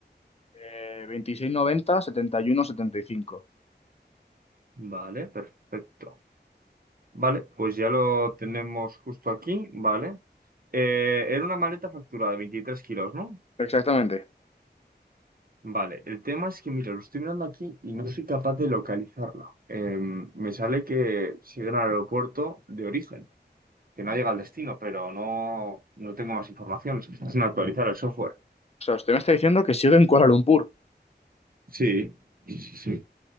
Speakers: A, on the left; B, on the right.
A: Eh, veintiséis noventa setenta y uno setenta y cinco.
B: Vale, perfecto. Vale, pues ya lo tenemos justo aquí. Vale. Eh, era una maleta facturada de 23 kilos, ¿no?
A: Exactamente.
B: Vale, el tema es que, mira, lo estoy mirando aquí y no soy capaz de localizarla. Eh, me sale que sigue en el aeropuerto de origen, que no llega al destino, pero no, no tengo más información. Se Está sin actualizar el software.
A: O sea, usted me está diciendo que sigue en Kuala Lumpur.
B: Sí, sí, sí. sí.